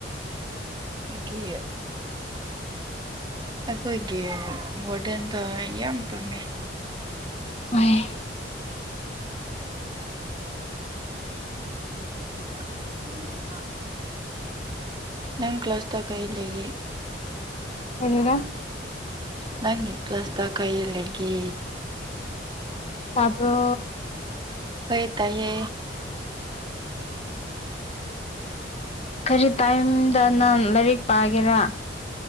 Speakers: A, on the right (about 25°); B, on the left (about 35°).
A: ꯒꯤ ꯑꯩꯈꯣꯏꯒꯤ ꯋꯥꯔꯗꯦꯟꯗꯣ ꯌꯥꯝ ꯄꯥꯝꯃꯦ
B: ꯋꯥꯏꯌꯦ
A: <inaudible> ꯅꯪ ꯀ꯭ꯂꯥꯁꯇ ꯀꯩ ꯂꯩꯒꯦ
B: ꯀꯔꯤꯔꯥ
A: ꯅꯪꯒꯤ ꯀ꯭ꯂꯥꯁꯇ ꯀꯩ ꯂꯩꯒꯦ
B: ꯇꯥꯄ꯭ꯔꯣ
A: ꯇꯥꯢꯌꯦ ꯇꯥꯢꯌꯦ
B: ꯀꯔꯤ ꯇꯥꯏꯝꯗ ꯅꯪ ꯂꯥꯏꯔꯤꯛ ꯄꯥꯒꯦꯔꯥ